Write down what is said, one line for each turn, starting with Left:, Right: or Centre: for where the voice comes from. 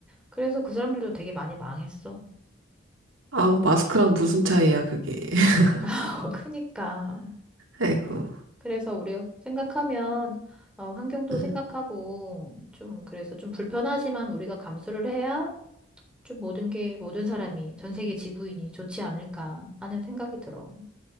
Centre: 그래서 그 사람들도 되게 많이 망했어.
Right: 아우, 마스크랑 무슨 차이야, 그게. <laughs>
Centre: <laughs> 크니까.
Right: 아이고,
Centre: 그래서 우리 생각하면, 어, 환경도
Right: 음,
Centre: 생각하고, 좀, 그래서 좀 불편하지만 우리가 감수를 해야 좀 모든 게 모든 사람이 전 세계 지구인이 좋지 않을까 하는 생각이 들어.